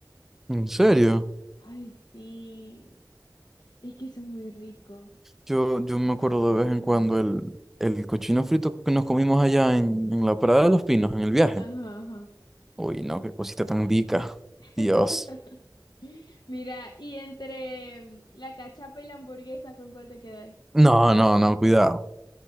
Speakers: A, in the centre; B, on the left.
A: ¿En serio?
B: Ay, sí. Es que eso es muy rico.
A: Yo, yo me acuerdo de vez en cuando el, el cochino frito que nos comimos allá en, en la Parada de los Pinos, en el viaje.
B: Ajá, ajá.
A: Uy, no, qué cosita tan rica.
B: <laughs>
A: Dios.
B: Mira, y entre mm, la cachapa y la hamburguesa, ¿con cuál te quedas?
A: No, no, no, cuidado,